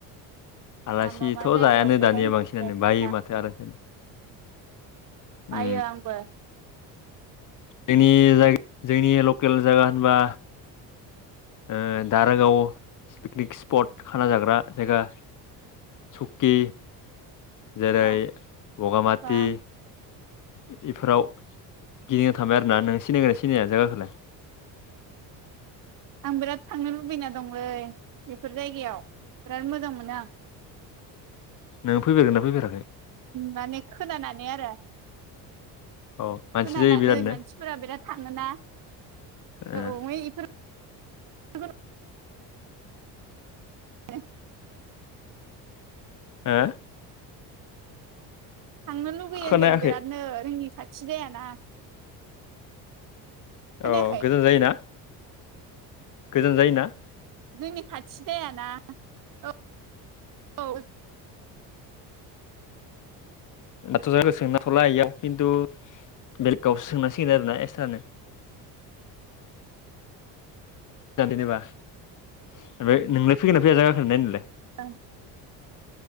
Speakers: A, on the left (about 40°); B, on the right (about 45°).
A: आलासिथ'
B: मा मा मा जायगायाव
A: जायानो
B: बेरायहैखो
A: दानिया बांसिनानो
B: खोन्था
A: बायो माथो आलासि जानो उम
B: बायो आंबो
A: जोंनि जा जोंनि लकेल जागा होनबा ओ दारागाव पिकनिक स्पट खाना जाग्रा जायगा सुक्कि जेरै
B: बा
A: बगामाथि
B: बा
A: बेफोराव गिदिंनो थांबाय आरोना नों सिनायगोनना सिनाया जागाखौलाय
B: आं बिराद थांनो लुबैना दंलै बेफोर जायगायाव बिराद मोजां मोनो आं।
A: नोङो फैफेरगोनना फैमाराखै
B: माने खोनानानै आरो
A: अ मानसि
B: खोनानानै
A: जायो बिरादनो
B: मानसिफोरा बिराद थाङोना
A: ओ
B: औ इफोर <unintelligible>
A: हो
B: थांनो लुगैयो
A: खोनायाखै
B: होनदों बिरादनो रोंनि खाथि जायाना खोनायाखै
A: औ गोजान जायोना गोजान जायोना
B: जोंनि खाथि जायाना औ औ।
A: दाथ' जाया सोंनाथ'ला इयाव खिन्थु बेलेगावसो सोंनांसिगोन आरोना एकस्रानो जा देनेबा ओमफ्राय नोंलाय फैगोना फैया जाखो गाखोनो दिनैलाय
B: ओं।